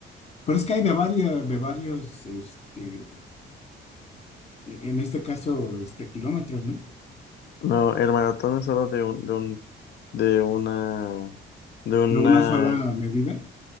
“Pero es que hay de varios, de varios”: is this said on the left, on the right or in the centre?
Left